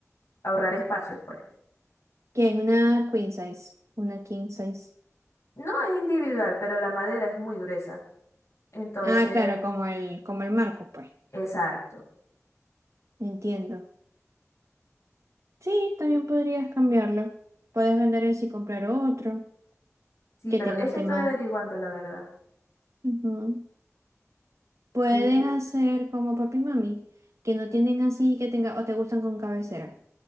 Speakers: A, on the left; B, on the right.
A: ahorrar espacio, pues.
B: Que es una queen size, una king size.
A: No es individual, pero la madera es muy gruesa. Entonces,
B: Ah, claro, como el, como el marco, pues.
A: exacto.
B: Entiendo. Sí, también podrías cambiarlo. Puedes vender ese y comprar otro
A: Sí,
B: que
A: pero
B: te guste
A: eso estoy
B: más.
A: averiguando, la verdad.
B: Ujú. Puedes
A: Y
B: hacer como papi y mami, que no tienen así, que tenga, o te gustan con cabecera.